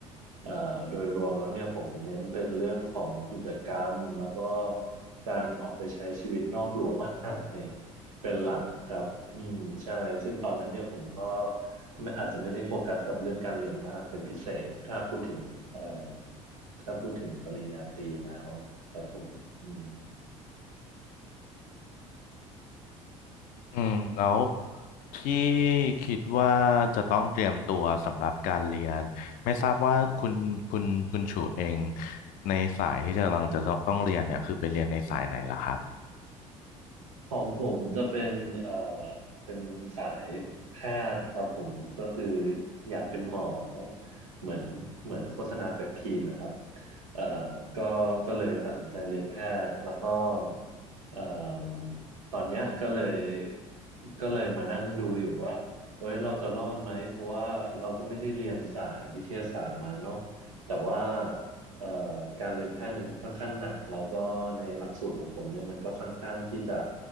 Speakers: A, on the right; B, on the left.
A: เอ่อโดยรวมแล้วเนี่ยผมเน้นเป็นเรื่องของกิจกรรมแล้วก็การออกไปใช้ชีวิตนอกรั้วมหาลัย <laughs> เป็นหลักครับอืมใช่ซึ่งตอนนั้นเนี่ยผมก็ไม่อาจจะไม่ได้โฟกัสกับเรื่องการเรียนมากเป็นพิเศษถ้าพูดถึงเอ่อถ้าพูดถึงปริญญาตรีแล้วครับผมอืม
B: อืมแล้วที่คิดว่าจะต้องเตรียมตัวสำหรับการเรียนไม่ทราบว่าคุณคุณคุณชูเองในสายที่จะกำลังจะต้องเรียนเนี่ยคือไปเรียนในสายไหนล่ะครับ
A: ของผมจะเป็นเอ่อเป็นสายแพทย์ครับผมก็คืออยากเป็นหมอเหมือนเหมือนโฆษณาเปปทีนนะครับเอ่อก็ก็เลยตัดสินใจเรียนแพทย์แล้วก็เอ่อตอนเนี้ยก็เลยก็เลยมานั่งดูอยู่ว่าเอ้ยเราจะรอดไหมเพราะว่าเราก็ไม่ได้เรียนสายวิทยาศาสตร์มาเนาะแต่ว่า เอ่อการเรียนแพทย์เนี่ยมันค่อนข้างหนักแล้วก็ในหลักสูตรของผมเนี่ยมันก็ค่อนข้างที่จะ